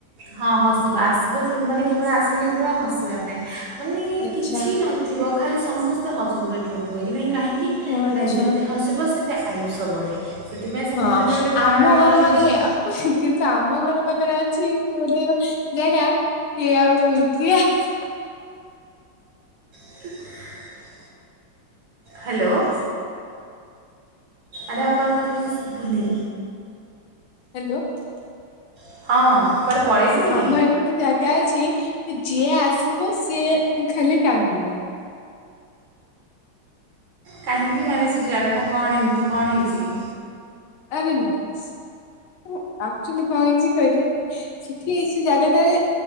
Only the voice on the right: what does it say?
ହଁ ହସିବ ଆସିବ ମାନେ କେବଳ ଆସନ୍ତୁ କେବଳ ହସିବା ପାଇଁ ମାନେ
କିଛି ନ <inaudible> ଥିବ ଖାଲି ସମସ୍ତେ ହସୁଥିବେ ଠୋଠୋ ହେଇକି ନାହିଁ କାହିଁକି
ନାଇଁ ଯେତେ ହସିବ ସେ <inaudible> ମୋତେ ଆୟୁଷ ବଢ଼େ ସେଥିପାଇଁ ସମସ୍ତେ
ଗୋଟି ଧାରଣା
ରହିଯାଇଛି।
<inaudible> ହ୍ୟାଲୋ ଆରେ ଆପଣଙ୍କ କଥା କିଛି ଶୁଭୁନି।
ହଁ କୁଆଡ଼େ ପଳେଇଥିଲି
କାହିଁକି ମାନେ ସେ ଜାଗାଟା କଣ ଏମିତି କଣ ହେଇଛି କି?